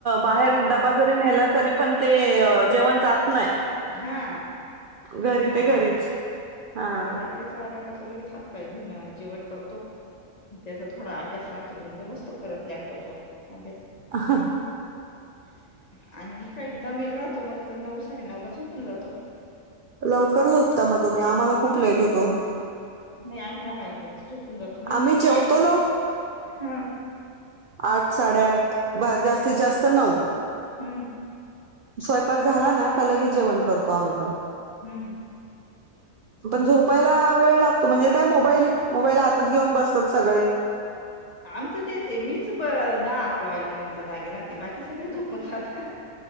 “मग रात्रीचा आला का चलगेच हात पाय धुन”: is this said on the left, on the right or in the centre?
Left